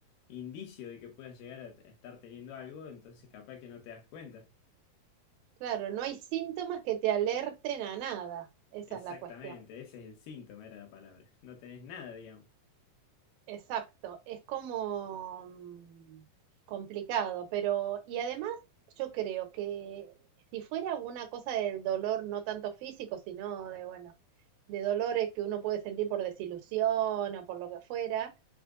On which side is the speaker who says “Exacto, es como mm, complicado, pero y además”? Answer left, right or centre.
Right